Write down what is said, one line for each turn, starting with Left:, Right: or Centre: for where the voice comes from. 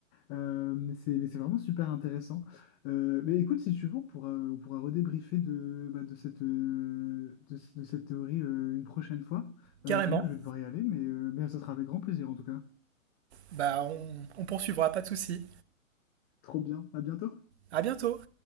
Left: Euh, mais c'est, mais c'est vraiment super intéressant. Euh, mais écoute, si tu veux, on pourra, on pourra redébriefer de, bah, de cette, euh, de, ce- de cette théorie euh, une prochaine fois.
Right: Carrément.
Left: Euh, je t'avoue que je vais devoir y aller, mais, euh, mais ça sera avec grand plaisir en tout cas.
Right: Bah, on, on poursuivra, pas de souci.
Left: Trop bien. À bientôt.
Right: À bientôt!